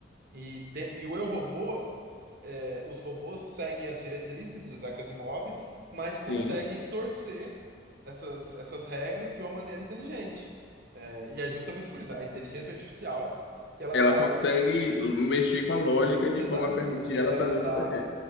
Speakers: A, on the right; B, on the left.
A: E, de- e o eu robô é, os robôs seguem as diretrizes do Isaac Asimov, mas
B: sim.
A: conseguem torcer essas, essas regras de uma maneira inteligente. É, e é justamente por isso, a inteligência artificial que ela
B: Ela
A: dá
B: consegue
A: um.
B: mexer com a lógica
A: Exatamente,
B: de forma a permitir ela
A: ela
B: fazer
A: dá.
B: o que ela quer.